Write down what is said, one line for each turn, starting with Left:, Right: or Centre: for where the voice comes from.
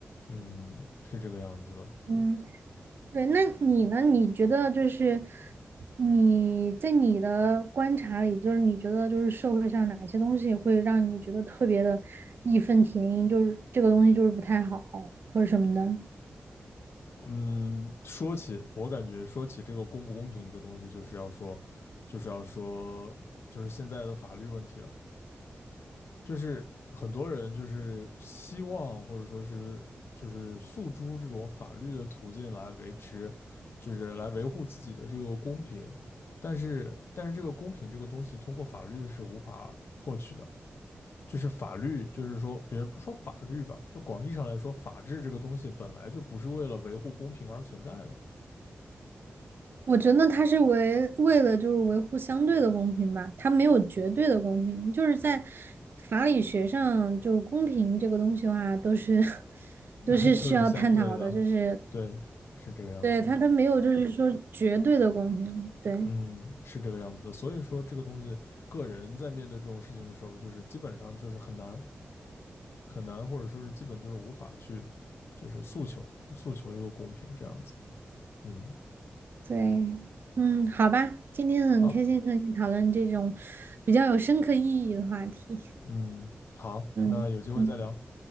Left: 嗯，是这个样子的。
Right: 嗯，对，那你呢？你觉得就是你在你的观察里，就是你觉得就是社会上哪些东西会让你觉得特别的义愤填膺，就是这个东西就是不太好或者什么的？
Left: 嗯，说起我感觉说起这个公不公平这个东西，就是要说，就是要说，就是现在的法律问题了。就是很多人就是希望或者说是就是诉诸这种法律的途径来维持，就是来维护自己的这个公平。但是但是这个公平这个东西通过法律是无法获取的。就是法律，就是说，别不说法律吧，就广义上来说，法治这个东西本来就不是为了维护公平而存在的。
Right: 我觉得他是为为了就是维护相对的公平吧，他没有绝对的公平，就是在法理学上，就公平这个东西的话，都是 <laughs>
Left: <laughs>
Right: 都是需要探讨的，
Left: 都是相对的，
Right: 就是
Left: 对，是这个样子的，
Right: 对他他没有就是说绝对的公平，对
Left: 嗯，是这个样子的。所以说，这个东西，个人在面对这种事情的时候，就是基本上就是很难很难，或者说是基本就是无法去，就是诉求诉求一个公平这样子。嗯，
Right: 对，嗯，好吧，今天很开心和你讨论这种
Left: 好，
Right: 比较有深刻意义的话题，
Left: 嗯，好，
Right: 嗯嗯
Left: 那有机会再聊，